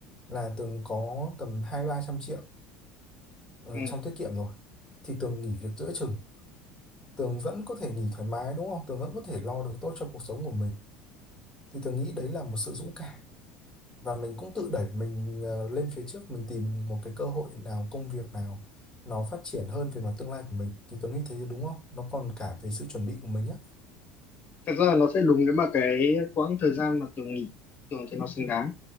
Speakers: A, on the left; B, on the left.
A: là Tường có tầm hai ba trăm triệu ừ,
B: ừ.
A: trong tiết kiệm rồi, thì Tường nghỉ việc giữa chừng, Tường vẫn có thể nghỉ thoải mái đúng không? Tường vẫn có thể lo được tốt cho cuộc sống của mình. Thì Tường nghĩ đấy là một sự dũng cảm và mình cũng tự đẩy mình ờ, lên phía trước mình tìm một cái cơ hội nào công việc nào nó phát triển hơn về mặt tương lai của mình thì Tuấn nghĩ thế thì đúng không nó còn cả về sự chuẩn bị của mình á
B: thật ra là nó sẽ đúng nếu mà cái quãng thời gian mà Tường nghỉ Tường thì nó xứng đáng